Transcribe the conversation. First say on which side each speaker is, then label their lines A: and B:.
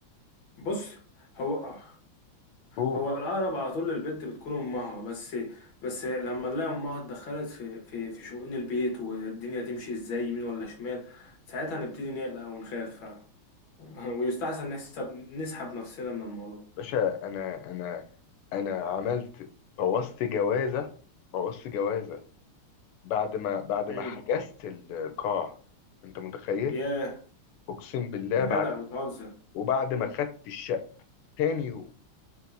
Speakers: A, on the left; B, on the left.
A: بص هو
B: تقول
A: هو الأقرب على طول للبنت بتكون أمها بس بس لما نلاقي أمها اتدخلت في في في شؤون البيت والدنيا تمشي إزاي يمين ولا شمال ساعتها نبتدي نقلق ونخاف فعلا <laughs> ويستحسن نحسب نسحب نفسنا من الموضوع
B: باشا انا انا انا عملت بوظت جوازة بوظت جوازة بعد ما بعد
A: امم
B: ما حجزت القاع انت متخيل
A: ياه
B: اقسم بالله
A: يا
B: بعد
A: جدع
B: ما
A: بتهزر
B: وبعد ما خدت الشقة تاني يوم